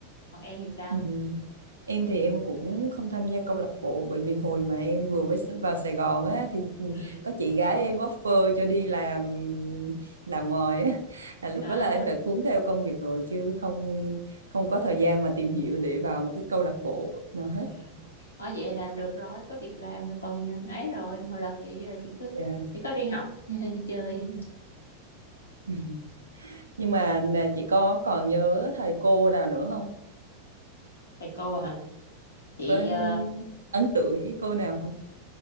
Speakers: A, on the left (about 75°); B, on the right (about 75°).
A: còn em thì sao
B: Ừ. Em thì em cũng không tham gia câu lạc bộ bởi vì hồi mà em vừa mới vào Sài Gòn á thì ừ,
A: ừ
B: có chị gái em offer cho đi làm làm ngoài á là lúc
A: à
B: đó là em đã cuốn theo công việc rồi chứ không không có thời gian mà tìm hiểu để vào một cái câu lạc bộ nào hết.
A: ừ. Ờ, vậy là được rồi có việc làm rồi còn ấy rồi hồi đó chị là chị cứ
B: Dạ.
A: chỉ có đi học <laughs> đi chơi
B: Ừ. nhưng mà nè, chị có còn nhớ thầy cô nào nữa không
A: thầy cô hả chị
B: có
A: ờ,
B: ấn tượng với cô nào không